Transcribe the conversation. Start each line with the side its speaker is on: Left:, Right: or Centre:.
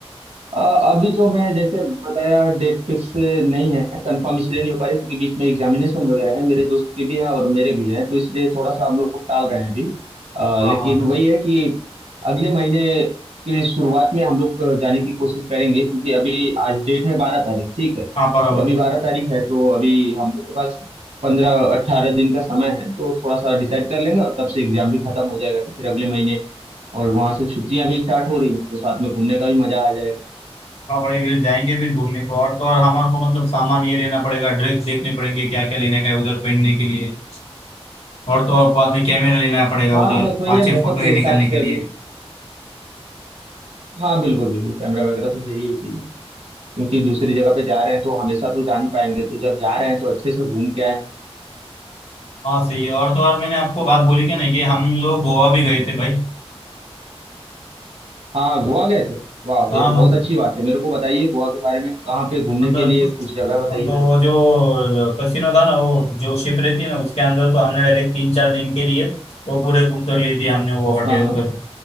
Right: अ, अभी तो मैं जैसे बताया डेट फिक्स नहीं है कंफर्म इसलिए नहीं हो पा रही क्योंकि बीच में एग्जामिनेशन वगैरह है मेरे दोस्त के भी हैं और मेरे भी हैं तो इसलिए थोड़ा सा हम लोग टाल रहे हैं अभी अ,
Left: हाँ
Right: लेकिन
Left: हाँ हाँ
Right: वही है कि अगले महीने के शुरुआत में हम लोग जाने की कोशिश करेंगे क्योंकि अभी आज डेट है बारह तारीख ठीक है तो
Left: हाँ बराबर
Right: अभी बारह तारीख है तो अभी हम लोग के पास पंद्रह अट्ठारह दिन का समय है तो थोड़ा सा डिसाइड कर लेंगे और तब से एग्जाम भी खत्म हो जाएगा तो फिर अगले महीने और वहां से छुट्टियां भी स्टार्ट हो रही हैं तो साथ में घूमने का भी मजा आ जाएगा
Left: हाँ भाई फिर जाएंगे फिर घूमने को और तो और हमारे को मतलब सामान ये लेना पड़ेगा ड्रेस देखने पड़ेंगे क्या क्या लेने का है उधर पहनने के लिए और तो और बाद में कैमरा लेना पड़ेगा
Right: हाँ
Left: उधर
Right: बस वही है
Left: अच्छे
Right: मौसम
Left: फोटो
Right: के
Left: ये
Right: हिसाब
Left: निकालने
Right: से
Left: के लिए
Right: अभी हाँ बिल्कुल बिल्कुल कैमरा वगैरह तो सही ही चाहिए क्योंकि दूसरी जगह पे जा रहे हैं तो हमेशा तो जा नहीं पाएंगे तो जब जा रहे हैं तो अच्छे से घूम के आए
Left: हाँ सही है और तो और मैंने आपको बात बोली क्या नहीं कि हम लोग गोवा भी गए थे भाई
Right: हाँ गोवा गए थे वाह
Left: हाँ
Right: ये तो
Left: मत,
Right: बहुत अच्छी बात है मेरे को बताइए गोवा के बारे में कहाँ पे घूमने
Left: मतलब
Right: के लिए कुछ जगह बताइए
Left: हम तो
Right: मेरे को
Left: जो कसिनो था ना वो जो शिप रहती है ना उसके अंदर तो हमने डायरेक्ट तीन चार दिन के लिए वो पूरे बुक कर ली थी हमने वो होटल
Right: हाँ हाँ
Left: उधर